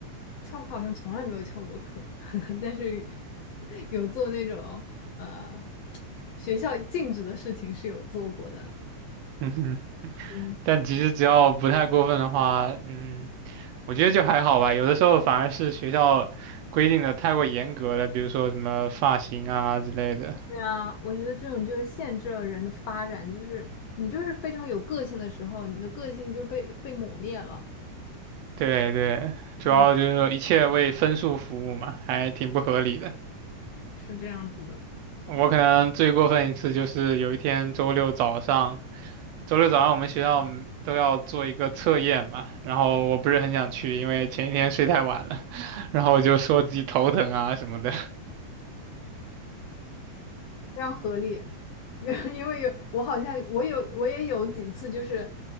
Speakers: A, on the left; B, on the right.
A: 翘课好像从来没有翘过课，<laughs> 但是有做那种呃学校禁止的事情是有做过的了。
B: 嗯哼，
A: 嗯，
B: 但其实只要不太过分的话，嗯，我觉得就还好吧。有的时候反而是学校规定的太过严格了，比如说什么发型啊之类的。
A: 对啊，我觉得这种就是限制了人的发展，就是你就是非常有个性的时候，你的个性就被被抹灭了。
B: 对对，主要就是一切为分数服务嘛，
A: 嗯，
B: 还挺不合理的。
A: 是这样子的。
B: 我可能最过分一次就是有一天周六早上，周六早上我们学校嗯都要做一个测验嘛，然后我不是很想去，因为前一天睡太晚了，<laughs> 然后我就说自己头疼啊什么的
A: 非常合理，<laughs> 因为有我好像我有我也有几次就是，